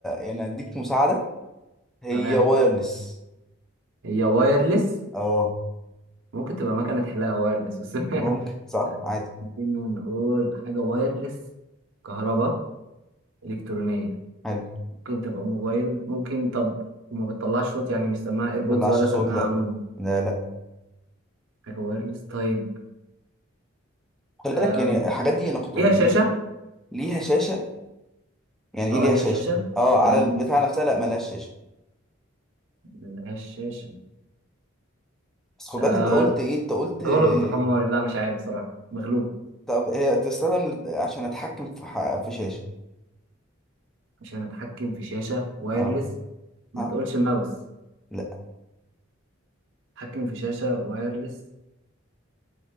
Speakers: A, in the centre; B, on the right.
A: يعني اديك مساعده
B: <laughs>
A: هي
B: تمام
A: وايرلس
B: هي وايرلس
A: اه
B: ممكن تبقى مكنة حلاقة وايرلس بس
A: ممكن
B: <laughs>
A: صح عادي
B: انه نقول حاجة وايرلس كهرباء إلكترونية
A: حلو
B: ممكن تبقى موبايل ممكن طب وما بتطلعش صوت يعني مش سماعة ايربودز
A: طلعش
B: ولا
A: صوت
B: سماعة
A: لا
B: عموما
A: لا لا
B: حاجة وايرلس طيب
A: خلي بالك
B: أم...
A: يعني الحاجات دي انا كنت
B: ليها
A: قلت
B: شاشة
A: إن ليها شاشه يعني ايه
B: اه
A: ليها
B: ليها
A: شاشه
B: شاشة
A: اه على
B: يعني
A: البتاع نفسها لا ملهاش شاشه
B: ملهاش شاشة
A: بس خد بالك
B: آه
A: انت قلت ايه انت قلت إيه؟
B: غلط بحماري لا مش عارف بصراحة مغلوب
A: طب هي تستخدم لت- عشان اتحكم في ح... في شاشه
B: عشان اتحكم في شاشة وايرلس
A: اه
B: ما
A: ها
B: تقولش ماوس
A: لا
B: اتحكم في شاشة وايرلس